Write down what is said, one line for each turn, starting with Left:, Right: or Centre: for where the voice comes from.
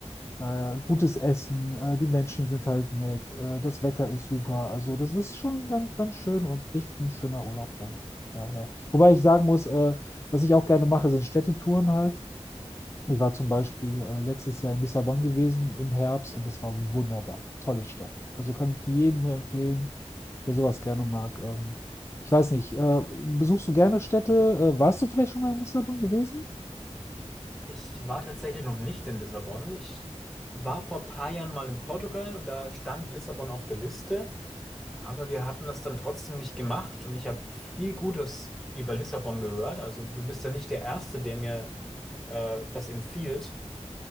Left: äh, gutes Essen, äh, die Menschen sind halt nett, äh, das Wetter ist super. Also das ist schon ganz, ganz schön und echt ein schöner Urlaub dann. Daher. Wobei ich sagen muss, äh, was ich auch gerne mache, sind Städtetouren halt. Ich war zum Beispiel äh, letztes Jahr in Lissabon gewesen im Herbst und das war wunderbar. Tolle Stadt. Also kann ich jedem nur empfehlen, der sowas gerne mag. Ähm, ich weiß nicht, äh, besuchst du gerne Städte? Äh, warst du vielleicht schon mal in Lissabon gewesen?
Centre: Ich war tatsächlich noch nicht in Lissabon. Ich war vor ein paar Jahren mal in Portugal und da stand Lissabon auf der Liste. Aber wir hatten das dann trotzdem nicht gemacht und ich habe viel Gutes über Lissabon gehört. Also du bist ja nicht der Erste, der mir äh, das empfiehlt.